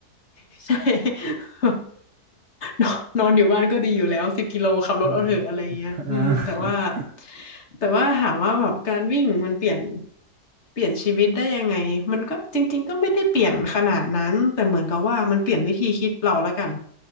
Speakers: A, on the left; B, on the right.
A: <laughs> ใช่ <laughs> นอนนอนอยู่บ้านก็ดีอยู่แล้วสิบกิโลขับรถเอาเถอะอะไรเงี้ยอืมแต่ว่า
B: อืมอ่า
A: แต่ว่าถามว่าแบบการวิ่งมันเปลี่ยนเปลี่ยนชีวิตได้ยังไงมันก็จริงๆก็ไม่ได้เปลี่ยนขนาดนั้นแต่เหมือนกับว่ามันเปลี่ยนวิธีคิดเราละกัน